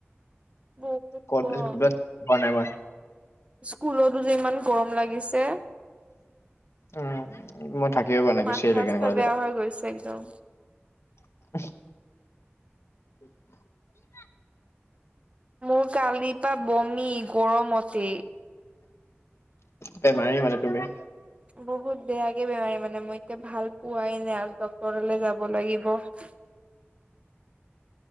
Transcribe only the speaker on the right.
বহুত
গৰম
স্কুলতো যে ইমান গৰম লাগিছে।
মাথা
চাথা
বেয়া
হৈ গৈছে একদম।
মোৰ কালিৰপা বমি গৰমতেই।
বহুত বেয়াকে বেমাৰী মানে মই এতিয়া ভাল পোৱাই নাই আৰু ডক্তৰলে যাব লাগিব। <unintelligible>